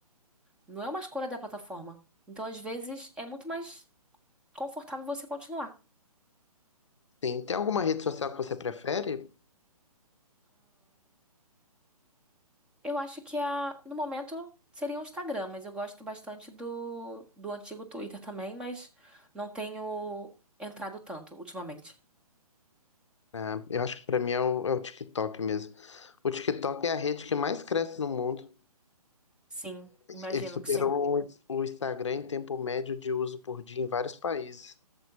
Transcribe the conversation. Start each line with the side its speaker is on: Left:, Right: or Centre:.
Centre: não é uma escolha da plataforma. Então, às vezes, é muito mais confortável você continuar.
Left: Sim, tem alguma rede social que você prefere?
Centre: Eu acho que a, no momento seria o Instagram, mas eu gosto bastante do, do antigo Twitter também, mas não tenho entrado tanto ultimamente.
Left: Ah, eu acho que pra mim é o, é o TikTok mesmo. O TikTok é a rede que mais cresce no mundo.
Centre: Sim, imagino
Left: Ele superou
Centre: que sim.
Left: o o Instagram em tempo médio de uso por dia em vários países.